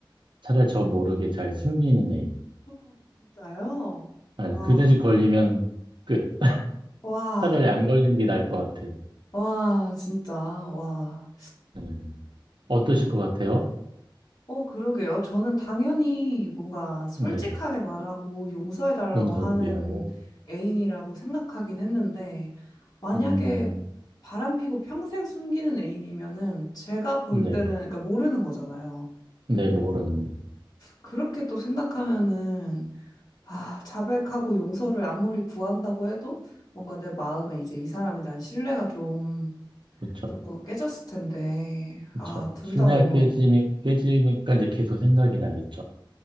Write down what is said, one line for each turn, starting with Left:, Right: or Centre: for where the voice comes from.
Right: 차라리 저 모르게 잘 숨기는 애인.
Left: 와, 진짜요?
Right: 아,
Left: 와,
Right: 그 대신 걸리면 끝.
Left: 와,
Right: 차라리 안 걸리는 게 나을 것 같아요.
Left: 와, 진짜, 와.
Right: 네. 어떠실 것 같아요?
Left: 어, 그러게요. 저는 당연히 뭔가 솔직하게
Right: 네,
Left: 말하고 용서해달라고
Right: 용서를
Left: 하는
Right: 비하고,
Left: 애인이라고 생각하긴 했는데, 만약에
Right: 음,
Left: 바람피고 평생 숨기는 애인이면은 제가 볼
Right: 네,
Left: 때는, 그러니까 모르는 거잖아요.
Right: 네, 모르는 거죠.
Left: 그렇게 또 생각하면은, 아, 자백하고 용서를 아무리 구한다고 해도 뭔가 내 마음에 이제 이 사람에 대한 신뢰가 좀
Right: 그렇죠,
Left: 조금 깨졌을 텐데,
Right: 그렇죠.
Left: 아, 둘
Right: 신뢰가
Left: 다 너무,
Right: 깨지니, 깨지니까 이제 계속 생각이 나겠죠.